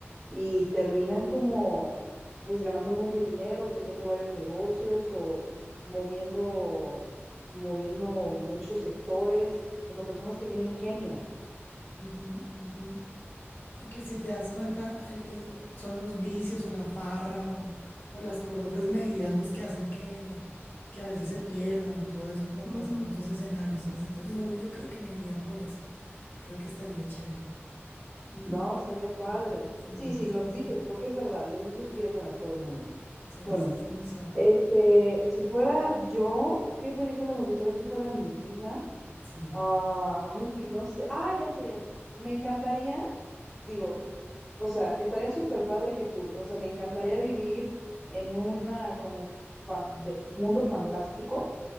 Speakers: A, in the centre; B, on the left.
A: y terminan como pues ganando un buen de dinero, teniendo varios negocios o moviendo, moviendo muchos sectores, o sea, personas que tienen genio.
B: Ujú, ujú. Y que si te das cuenta, eh, eh, son los vicios o la farra o, o las cosas desmedidas los que hacen que, que a veces se pierdan o todo eso como
A: Ujú,
B: pasa en otros escenarios, ¿sabes? Entonces
A: ujú.
B: yo, yo creo que me iría por ese. Creo que estaría chévere. Mm,
A: No, estaría padre.
B: mm, sí,
A: Sí, sí,
B: sí,
A: los
B: sí.
A: vicios, porque es verdad, los vicios pierden a todo el mundo.
B: Sí,
A: Bueno,
B: es, es muy sobado.
A: este, si fuera yo, ¿qué película me gustaría que fuera mi vida?
B: Sí.
A: Ah, ay, que no sé. Ah, ya sé, ya sé. Me encantaría, digo, o sea, estaría súper padre que tú, o sea, me encantaría vivir en una como fan- de- mundo fantástico.